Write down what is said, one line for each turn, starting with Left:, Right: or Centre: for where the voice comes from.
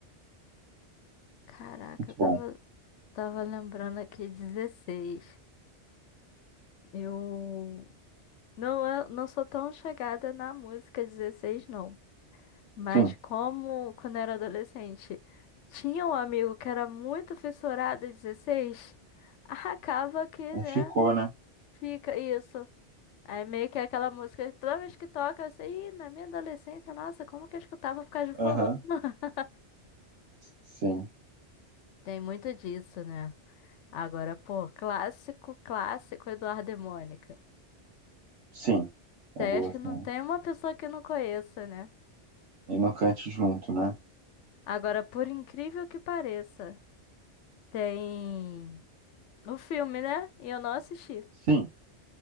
Left: Caraca,
Right: Muito
Left: eu tava,
Right: bom.
Left: tava lembrando aqui 16. Eu não, é- não sou tão chegada na música 16 não. Mas
Right: Sim,
Left: como quando eu era adolescente, tinha um amigo que era muito fissurado em 16, <laughs> acaba que, né?
Right: ficou, né?
Left: Fica isso. Aí meio que é aquela música, que toda vez que toca, eu sei, "Ih, na minha adolescência, nossa, como que eu escutava por causa de fulano?
Right: Aham.
Left: <laughs>
Right: Sim,
Left: Tem muito disso, né? Agora, pô, clássico, clássico, Eduardo e Mônica.
Right: sim.
Left: Isso
Right: É
Left: aí
Right: boa
Left: acho que
Right: também.
Left: não tem uma pessoa que não conheça, né?
Right: E não cante junto, né?
Left: Agora, por incrível que pareça, tem o filme, né? E eu não assisti.
Right: Sim.